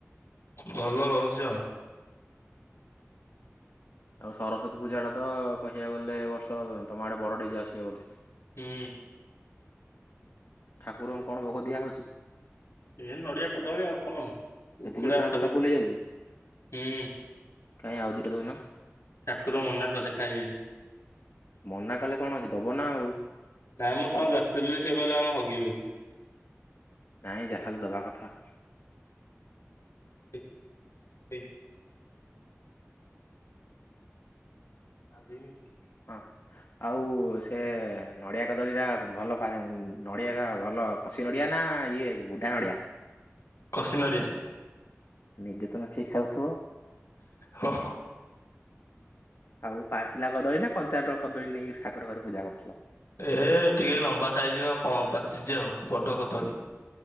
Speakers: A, on the left; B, on the left.
A: ଭଲ ରହୁଛି ଆଉ
B: ଆଉ ସରସ୍ଵତୀ ପୂଜା ଟା ତ କହିବାକୁ ଗଲେ ବର୍ଷ ତମ ଆଡେ ବଡ ଡିଜେ ଆସିବ ବୋଧେ
A: ହୁଁ
B: ଠାକୁରଙ୍କୁ କଣ ଭୋଗ ଦିଆହଉଛି
A: ଏ ନଡିଆ କଦଳୀ ଆଉ କଣ ଉଖଡା
B: ଏତିକିରେ ତମ
A: ସେଉ
B: ପେଟ ଫୁଲ
A: ହୁଁ
B: ହେଇଯାଉଛି କାଇଁ ଆଉ ଦିଟା ଦଉନ।
A: ଠାକୁର ମନା କଲେ ଖାଇବେନି।
B: ମନା କଲେ କଣ ଅଛି ଦବ ନା ଆଉ।
A: ନାଇଁ ମୁଁ ତାଙ୍କୁ ଯାଚିଲି, ସେ କହଲେ ଆମ ହଗି ହୋଇଛି।
B: ନାଇଁ ଯା ହେଲେ ଦବା କଥା।
A: <unintelligible> ଆଉ ଦି ମିନିଟ୍
B: ହଁ। ଆଉ ସେ ନଡିଆ କଦଳୀ ଟା ଭଲ ପା ନଡିଆ ଟା ଭଲ। କସିି ନଡ଼ିଆ ନା ଇଏ ବୁଢ଼ା ନଡ଼ିଆ।
A: କସି ନଡ଼ିଆ।
B: ନିଜେ ତ ଲୁଚେଇକି ଖାଉଥିବ।
A: ହୋ
B: ଆଉ ପାଚିଲା କଦଳୀ ନା କଞ୍ଚା କଦଳୀ ନେଇକି ଠାକୁର ଘରେ ପୂଜା କରୁଥିଲ।
A: ଏ ହେ ଟିକେ ଲମ୍ବା ସାଇଜ ର କଣ ପାଚିଛି ଆଉ ବଡ କଦଳୀ।